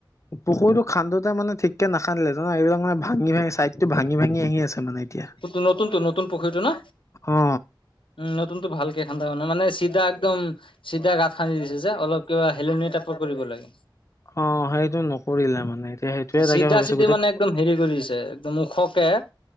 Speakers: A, on the left; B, on the left.
A: পুখুৰীতো খান্দোতে মানে ঠিককে নাখান্দীলে, <unintelligible> ভাঙি ভাঙি চাইডটো ভাঙি ভাঙি আহি আছে। মানে এতিয়া
B: কিন্তু নতুনটো নতুন পুখুৰীটো না?
A: অ
B: উম নতুনতো ভালকে খান্দা হোৱা নাই, মানে চিধা একদম চিধা গাঁত খান্দি দিছে যে অলপ কিবা হেলনিয়া টাপৰ কৰিব লাগে।
A: অ', সেইটো নকৰিলে মানে। এতিয়া সেইটোয়ে
B: চিধা
A: তাকে ভাবিছোঁ
B: চিধি
A: গোটেই
B: মানে
A: -
B: একদম হেৰি কৰি দিছে, একদম ওখকে -